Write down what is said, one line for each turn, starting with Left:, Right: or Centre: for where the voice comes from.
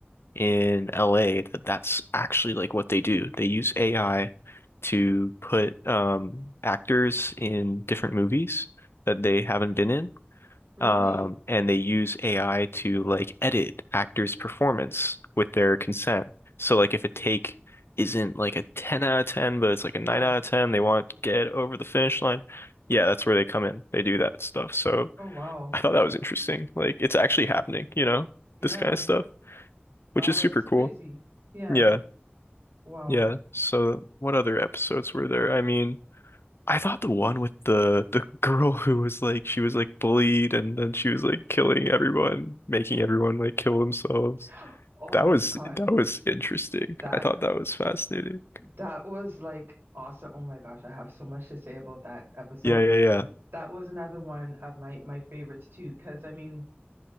Left: in LA that that's actually like what they do. They use AI to put um actors in different movies that they haven't been in.
Right: Really?
Left: Um, and they use AI to like edit actors' performance with their consent. So like if a take isn't like a 10 out of 10, but it's like a 9
Right: Yeah.
Left: out of 10, they want to get over the finish line. Yeah, that's where they come in. They do that stuff. So
Right: Oh wow.
Left: I thought that was interesting. Like it's actually happening, you know,
Right: Yeah.
Left: this kind of stuff, which
Right: Wow,
Left: is
Right: that's
Left: super cool.
Right: crazy. Yeah.
Left: Yeah.
Right: Wow.
Left: Yeah. So what other episodes were there? I mean, I thought the one with the the girl who was like she was like bullied and then she was like killing everyone, making everyone like kill themselves.
Right: <gasps> Oh
Left: That
Right: my
Left: was
Right: God.
Left: that was interesting.
Right: That
Left: I thought that was fascinating.
Right: that was like awesome. Oh my gosh, I have so much to say about that episode.
Left: Yeah, yeah, yeah.
Right: That was another one of my my favorites too, because I mean,